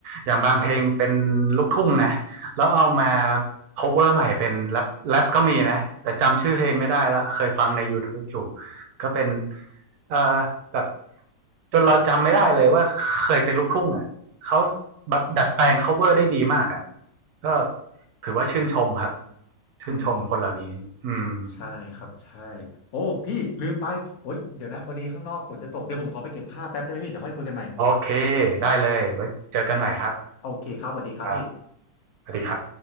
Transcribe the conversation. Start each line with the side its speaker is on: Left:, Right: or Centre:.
Right: อย่างบางเพลงเป็นลูกทุ่งนะแล้วเอามา cover ใหม่เป็นแรปแรปก็มีนะแต่จำชื่อเพลงไม่ได้ละเคยฟังใน YouTube อยู่ ก็เป็นเอ่อแบบจนเราจำไม่ได้เลยว่าเคยเป็นลูกทุ่งอ่ะเขาแบบดัดแปลง cover ได้ดีมากอ่ะก็ถือว่าชื่นชมครับ ชื่นชมคนเหล่านี้อืม
Left: อืมใช่ครับใช่โอ้พี่ลืมไปโอ้ยเดี๋ยวนะพอดีข้างนอกฝนจะตกเดี๋ยวผมขอไปเก็บผ้าแป๊บได้ไหมพี่เดี๋ยวค่อยคุยกันใหม่
Right: โอเคได้เลยไว้เจอกันใหม่ครับ
Left: โอเคครับสวัสดีครับพี่
Right: ครับสวัสดีครับ